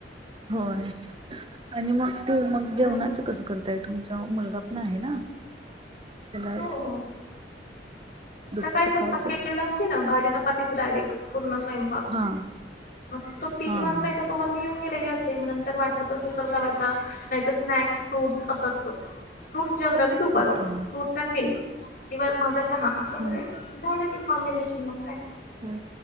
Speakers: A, on the right (about 30°); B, on the left (about 50°).
A: मग तू मग
B: नाही
A: जेवणाच
B: होत
A: कसं कर तेय तुमचा मुलगा पण आहे ना त्याला
B: हो
A: दु
B: सकाळी
A: सकाळचं
B: स्वयंपाक केलेला असते ना भाजी पातीच डायरेक्ट पूर्ण स्वयंपाक
A: हा
B: मग तो तीन
A: हा हा
B: वाजता येते तोवर मी येऊन गेलेली असते मग नंतर वाटलं तर कुकर लावायचा नाहीतर स्नॅक्स फ्रुट्स असं असतं फ्रूट्स जनरली दुपारून
A: ओके हा
B: फ्रूट स अंड मिल्क किंवा माझा चहा असं म्हणजे
A: हम्म,
B: झालं की कॉम्बिनेशन मग काय.
A: हो